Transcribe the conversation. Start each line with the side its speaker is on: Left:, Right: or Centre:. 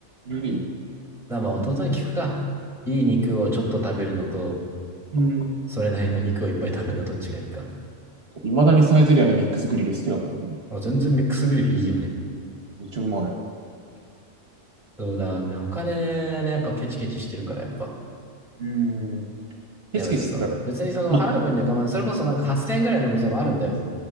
Right: いるよ。
Centre: だ、まあ、弟に聞くか。いい肉をちょっと食べるのと、
Right: うん。うん。
Centre: それなりの肉をいっぱい食べるのどっちがいいか。
Right: いまだにサイゼリアのミックスグリル好きだからね。
Centre: あ、全然ミックスグリルいいよね。
Right: めっちゃうまいあれ。
Centre: そうだね、お金がね、やっぱケチケチしてるから、やっぱ。
Right: うん。ケチケチってか
Centre: いや、別にその、別にその、
Right: ま、
Centre: 払う分には構わない。それこそなんか8000円ぐらいのお店もあるんだよ。